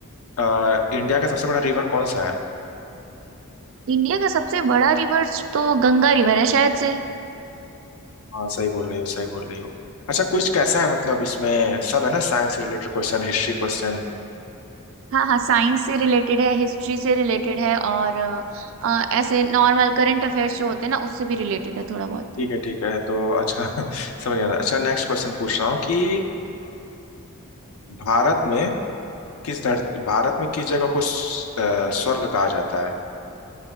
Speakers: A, on the left (about 70°); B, on the right (about 60°).
A: आ, इंडिया का सबसे बड़ा रिवर कौन सा है
B: इंडिया का सबसे बड़ा रिवर तो गंगा रिवर है शायद से
A: हाँ सही बोल रही हो सही बोल रही हो अच्छा कुछ कैसा है मतलब इसमें सब है ना science related question history question
B: हाँ हाँ साइंस से रिलेटेड है हिस्ट्री से रिलेटेड है और अ, अ, ऐसे नॉर्मल करंट अफेयर्स जो होते हैं ना उससे भी रिलेटेड है थोड़ा बहुत
A: ठीक है ठीक है तो अच्छा <laughs> समझ गया अच्छा नेक्स्ट क्वेश्चन पूछ रहा हूँ कि भारत में किस धरती भारत में किस जगह को स- अ, स्वर्ग कहा जाता है